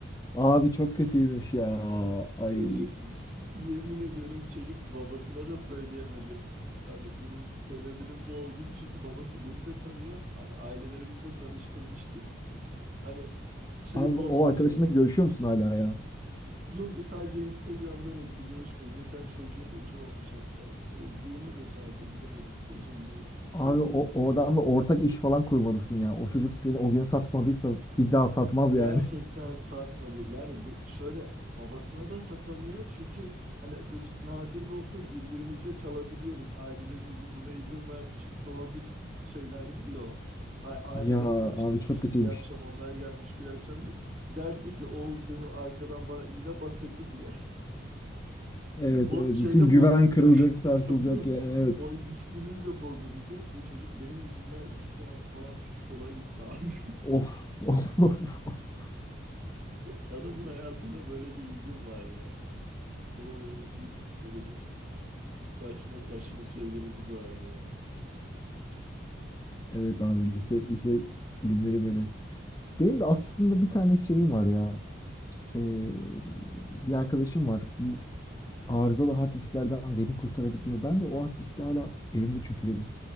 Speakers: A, on the left (about 20°); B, on the right (about 45°).
A: Abi çok kötüymüş ya. Ay.
B: Çocuk yemin ediyorum çocuk babasına da söyleyemedi. Hani bunun sebebinin bu olduğunu çünkü babası beni de tanıyor. Hani ailelerimizle tanıştırmıştık. Hani şey
A: Abi
B: bozulacak.
A: o arkadaşınla görüşüyor musun hala ya?
B: Yok e, sadece Instagram'dan ekli görüşme. Geçen çocuğum ucu olmuş hatta. Şey, düğününe de çağırdı gidemedik. Kocaeli şey
A: Abi o,
B: İzmir'deydi.
A: o adamla ortak iş falan kurmalısın ya. O çocuk seni o gün satmadıysa bir daha satmaz
B: Gerçekten
A: yani. <laughs>
B: satmadı. Yani bi- şöyle babasına da satamıyor. Çünkü hani bir, nadir de olsa birbirimizde kalabiliyoruz. Ailelerimizin buna izin verdi. Çok nadir şeylerdir ya o. A- Aileleri
A: Ya
B: tanıştırmışız.
A: abi çok kötüymüş.
B: Bir akşam onlar gelmiş, bir akşam bir. Derse ki Oğuz benim arkadan bana iğne batırdı diye. <laughs>
A: Evet
B: O
A: evet
B: şeyde
A: bütün güven
B: bozulacak.
A: kırılacak,
B: <laughs>
A: sarsılacak
B: Tabii tabii.
A: yani evet.
B: O ilişkimiz de bozulacak ve çocuk benim yüzümden iki seans falan psikoloğa gitti abi.
A: Of <laughs> of of of.
B: <laughs> Adamın hayatında böyle bir izin var ya. Oo, mis gibi böyle çok saçma saçma şeylerimiz vardı ya. <laughs>
A: Evet abi lise lise günleri böyle. Benim de aslında bir tane şeyim var ya. Ee, bir arkadaşım var. Bu arızalı hard disklerden veri kurtarabiliyor. Ben de o hard diski hala elimde çünkü benim.